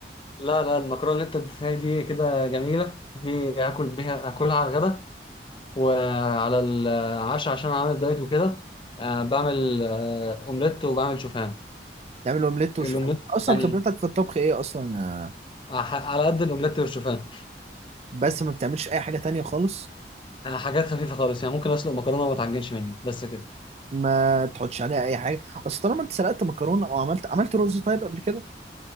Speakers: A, on the left; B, on the right.
A: لا لا المكرونة اللي انت اديتها لي دي كده جميلة دي هاكل بيها هاكلها على الغدا وعلى العشاء عشان عامل دايت وكده آه، بعمل آه، اومليت وبعمل شوفان
B: تعمل اومليت وشوف
A: الاومليت
B: اصلا
A: يعني
B: خبرتك في الطبخ ايه اصلا آه،
A: ح- على قد الاومليت والشوفان
B: بس ما بتعملش اي حاجة تانية خالص
A: آه، حاجات خفيفة خالص يعني ممكن اسلق مكرونة وما تعجنش مني بس كده
B: ما تحطش عليها اي حاجة اصل طالما انت سلقت مكرونة او عملت عملت رز طيب قبل كده